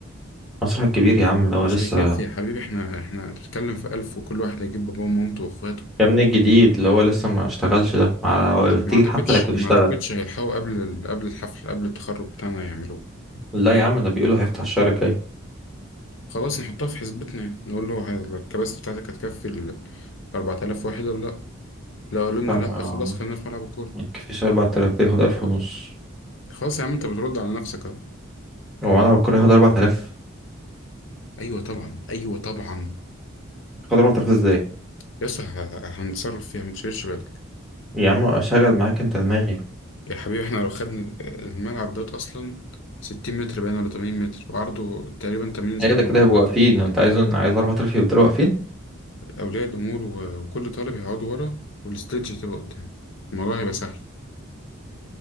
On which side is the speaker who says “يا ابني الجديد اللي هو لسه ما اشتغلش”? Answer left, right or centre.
Centre